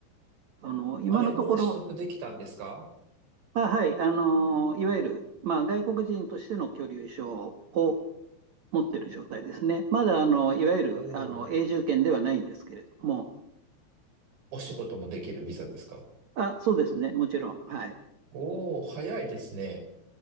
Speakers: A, on the right; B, on the right.
A: あの、今のところ、
B: あれ、もう取得できたんですか
A: まあ、はい、あの、いわゆる、まあ、外国人としての居留証を持ってる状態ですね。まだ、あの、いわゆる、
B: おおー、
A: あの、永住権ではないんですけれども、
B: お仕事もできるビザですか
A: あ、そうですね、もちろん。はい。
B: おお、早いですね。